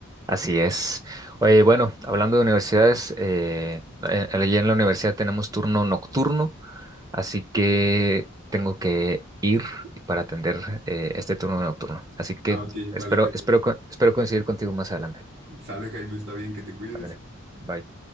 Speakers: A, on the right; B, on the right.
A: Así es. Oye, bueno, hablando de universidades, eh, eh, allí en la universidad tenemos turno nocturno, así que tengo que ir para atender eh, este turno nocturno. Así que
B: Ah, ok,
A: espero,
B: vale, Jaime.
A: espero, co- espero coincidir contigo más adelante.
B: Sale, Jaime, está bien que te cuides.
A: Ándale. Bye.